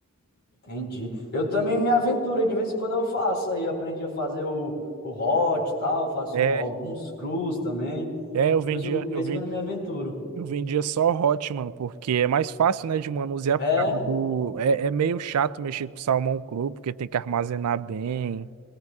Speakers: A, on the left; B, on the right.
A: Entendi. Eu também me aventuro, de vez em quando eu faço aí, aprendi a fazer o, o hot e tal, faço
B: É,
A: um- alguns crus também.
B: é, eu vendia,
A: Coisa, de
B: eu
A: vez
B: vendia,
A: em quando eu me aventuro.
B: eu vendia só hot, mano, porque é mais fácil, né, de manusear
A: É,
B: por causa do. É, é meio chato mexer com salmão cru, porque tem que armazenar bem,